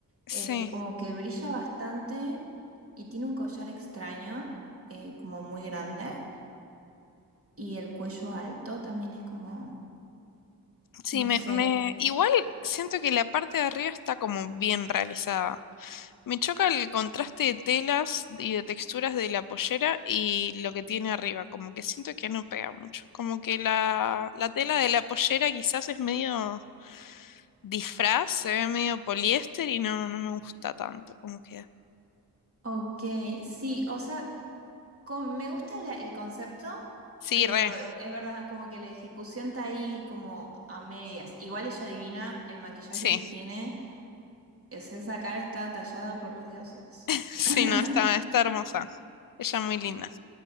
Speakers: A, on the left; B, on the right.
A: sí.
B: Este, como que brilla bastante y tiene un collar extraño, eh, como muy grande y el cuello alto también es como,
A: Sí,
B: no
A: me,
B: sé.
A: me, igual siento que la parte de arriba está como bien realizada. Me choca el contraste de telas y de texturas de la pollera y lo que tiene arriba, como que siento que no pega mucho, como que la, la tela de la pollera quizás es medio disfraz, se ve medio poliéster y no, no me gusta tanto como queda.
B: Ok, sí, o sea, con- me gusta la- el concepto,
A: Sí,
B: pero
A: re,
B: es verdad, como que la ejecución está ahí como a medias. Igual ella adivina el maquillaje
A: sí,
B: que tiene, es esa cara está tallada por los dioses.
A: <laughs> sí,
B: <laughs>
A: no, está, está hermosa, ella muy linda.
B: Y